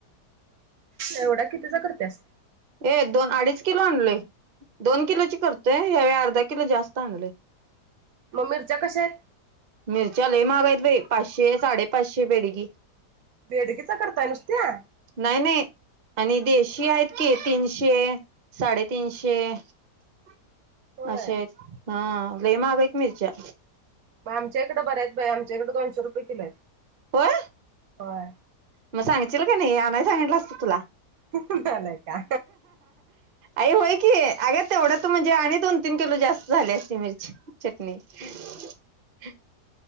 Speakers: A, on the right; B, on the right.
A: एवढ्या कितीच्या करत्यास?
B: ये दोन अडीच किलो आणलोय. दोन किलोची करतोय यावेळी अर्धा - किलो जास्त आणलोय
A: मग मिरच्या कशा आहेत?
B: मिरच्या लही महाग आहेत बाई पाचशे साडे पाचशे बेडगी.
A: बेडगीचा करताय नुसत्या?
B: नाही नाही आणि देशी आहेत तीनशे साडेतीनशे आशा
A: होय
B: आहेत हा. लय महाग आहेत मिरच्या.
A: मग आमच्या इकडं बऱ्या आमच्याकडे दोनशे रुपये किलो आहेत
B: होय
A: होय.
B: मग सांगशील का नाही अनाय सांगितलं असतं तुला.
A: <unintelligible> झालाय का.
B: आई होय की अग तेवढं तर म्हणजे आणि दोन तीन किलो जास्त झाली असती मिरची चटनी. <unintelligible>